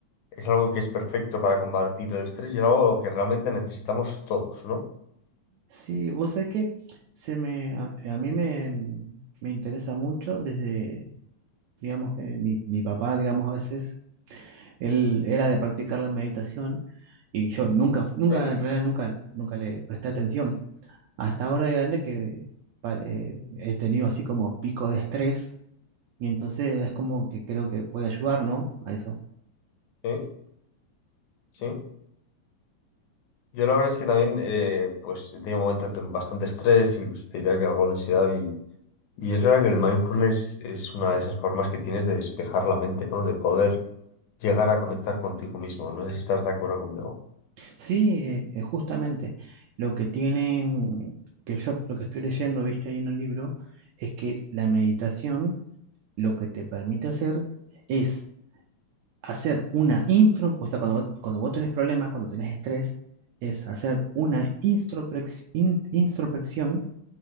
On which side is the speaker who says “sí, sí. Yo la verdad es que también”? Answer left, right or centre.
Left